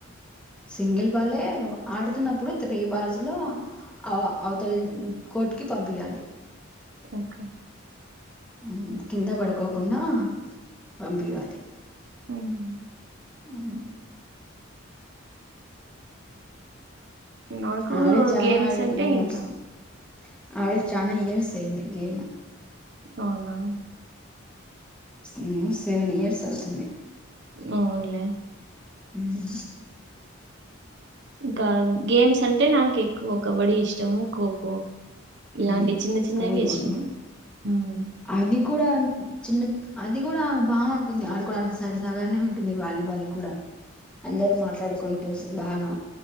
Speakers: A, in the centre; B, on the right (about 55°).
A: సింగిల్ బాలే ఆడుతున్నప్పుడు త్రీ బాల్స్ లో అ అవతల కోర్ట్ కి పంపియ్యాలి
B: ఓకే
A: ఊహూ కింద పడుకోకుండా పంపియ్యాలి
B: మ్మ్
A: ఆ
B: నాకు
A: అడి చానా
B: గేమ్స్
A: <inaudible>
B: అంటే ఇంకా
A: ఆడి చానా ఇయర్స్ అయ్యింది గేమ్
B: అవునా
A: ఉమ్మ్ సెవెన్ ఇయర్స్ అవుతుంది
B: అవునులే
A: ఊహూ
B: ఇంకా గేమ్స్ అంటే నాకెక్ క్కువ కబడ్డీ ఇష్టము ఖోఖో ఇలాంటి
A: మ్మ్
B: చిన్న చిన్నవి
A: అవి
B: ఇష్టం
A: కూడా
B: ఉమ్మ్
A: అవి కూడా చిన్న అది కూడా బావుంటుంది ఆడుకోడానికి సరదగానే ఉంటుంది వాలీబాల్ కూడా అందరు మాట్లాడుకుం టూస్ బాగా